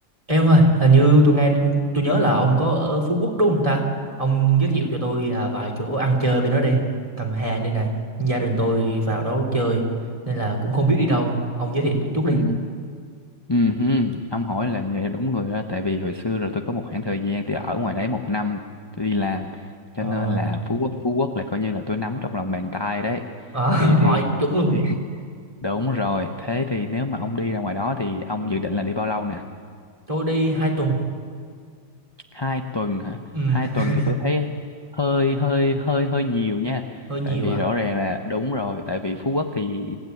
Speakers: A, on the right; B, on the left.
A: Em ơi, hình như tôi nghe tôi nhớ là ông có ở Phú Quốc đúng không ta? Ông giới thiệu cho tôi à, vài chỗ ăn chơi bên đó đi, Cầm Hà đây này. Gia đình tôi vào đó chơi nên là cũng không biết đi đâu. Ông giới thiệu chút đi.
B: Ừ. Ừ, hứ. Ông hỏi là vậy là đúng người đó tại vì hồi xưa rồi tôi có một khoảng thời gian tôi ở ngoài đấy một năm tôi đi làm cho
A: Ờ,
B: nên là Phú Quốc Phú Quốc là coi như là tôi nắm trong lòng bàn tay đấy
A: à, <laughs>
B: thì thì,
A: hỏi chuẩn luôn.
B: thì <laughs> đúng rồi thế thì nếu mà ông đi ra ngoài đó thì ông dự định là đi bao lâu nè
A: Tôi đi hai tuần.
B: hai tuần hả
A: Ừ,
B: hai tuần
A: <laughs>
B: thì tôi thấy hơi hơi hơi hơi nhiều nha
A: hơi nhiều
B: tại vì
A: à.
B: rõ ràng là đúng rồi tại vì Phú Quốc thì